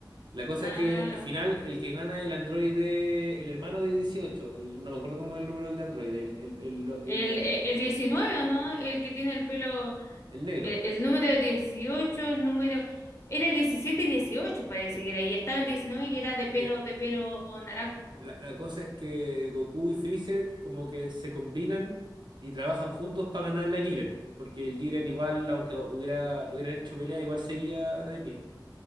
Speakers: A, on the right; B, on the left.
A: La cosa
B: Ah,
A: es que al final el que gana es el androide, el hermano de 18 el- no me acuerdo cómo es el número del androide, el, el, el, el
B: el,
A: an-
B: el, el 19, ¿o ¿no? El que tiene el pelo,
A: el negro.
B: el, el número dieciocho el número... Era 17 y 18 parece
A: Sí.
B: que era, y estaba el 19 que era de pelo,
A: Mira,
B: de pelo naranjo.
A: la, la cosa es que Goku y Freezer como que se combinan y trabajan juntos para ganar la Jiren, porque el Jiren igual, aunque hubiera, lo hubieran hecho pelea, igual seguía de pie.